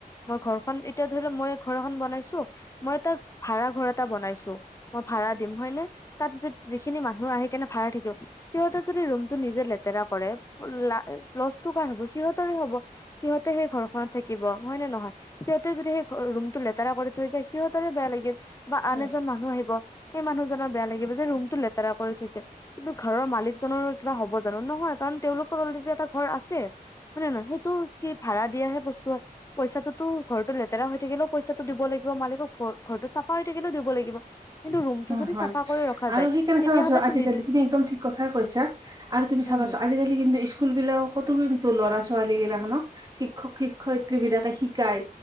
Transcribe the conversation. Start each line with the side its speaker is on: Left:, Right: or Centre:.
Left: মই ঘৰখন এতিয়া ধৰি লও মই ঘৰ এখন বনাইছো মই এটা ভাড়া ঘৰ এটা বনাইছো মই ভাড়া দিম হয়নে তাত যিখিনি মানুহ আহি কেনে ভাড়া থাকিব সিহঁতে যদি ৰুমটো নিজে লেতেৰা কৰে ‌লা লছটো কাৰ হব সিহঁতৰে হব সিহঁতেহে সেই ঘৰখনত থাকিব হয় নে নহয় সিহঁতেও যদি সেই ৰুমটো লেতেৰা কৰি থৈ যায় সিহঁতৰে বেয়া লাগিল বা
Right: হয়,
Left: আন এজন মানুহ আহিব সেই মানুহজনৰ বেয়া লাগিব যে ৰুমটো লেতেৰা কৰি থৈছে কিন্তু ঘৰৰ মালিকজনৰ কিবা হ'ব জানো নহয় কাৰণ তেওঁলোকৰ অলৰেডি এটা ঘৰ আছে হয় নে নহয় সেইটো সি ভাড়া দিয়াহে বস্তু হয় পইচাটোতো ঘৰতো লেতেৰা হৈ থাকিলেও পইচা টো দিব লাগিব মালিকক ঘৰটো চাফা হৈ থাকিলেও দিব লাগিব কিন্তু ৰুমটো
Right: হয়
Left: যদি
Right: হয়
Left: চাফা কৰি ৰখা
Right: আৰু
Left: যায়
Right: সেইকাৰণে
Left: তেতিয়া
Right: চাবাচোন
Left: হলেতো
Right: আজিকালি তুমি একদম ঠিক কথাই কৈছা আৰু তুমি
Left: উম,
Right: চাবা
Left: হম,
Right: চোন আজি আজিকালি কিন্তু স্কুল বিলাকতো কিন্তু ল'ৰা ছোৱালীগিলা খনক শিক্ষক শিক্ষয়িত্ৰী বিলাকে শিকায়